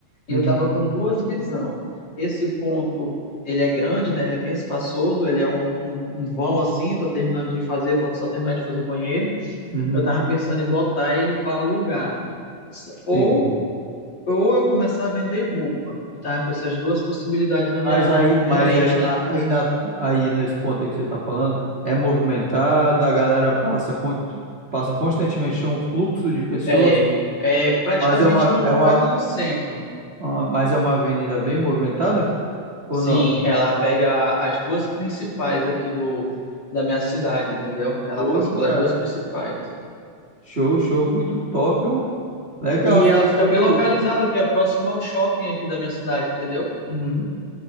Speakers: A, on the left; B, on the right.
A: e
B: uhum,
A: eu tava com duas visão. Esse ponto, ele é grande, né? Ele é bem espaçoso, ele é um, um um vão assim, tô terminando de fazer, falta só terminar de fazer o banheiro.
B: uhum,
A: Eu tava pensando em botar ele para alugar. Ou,
B: sim.
A: ou eu começar a vender roupa. Eu tava com essas duas possibilidades na minha,
B: Mas aí,
A: na
B: mas
A: minha mente,
B: aí,
A: né?
B: a- aí, na, aí nesse ponto aí que você tá falando, é movimentado, a galera passa, con- passa constantemente, é um fluxo de pessoas,
A: É, é praticamente
B: mas é uma,
A: no,
B: é uma,
A: quase no centro.
B: ah, mas é uma avenida bem movimentada ou
A: Sim,
B: não?
A: ela pega as duas principais aqui do, da minha cidade, entendeu? Ela
B: Hoje,
A: passa pelas
B: cara.
A: duas principais.
B: Show, show, muito top, ó. Legal,
A: E
B: fiquei
A: ela fica
B: curioso.
A: bem localizada, que é próximo ao shopping aqui da minha cidade, entendeu?
B: Uhum.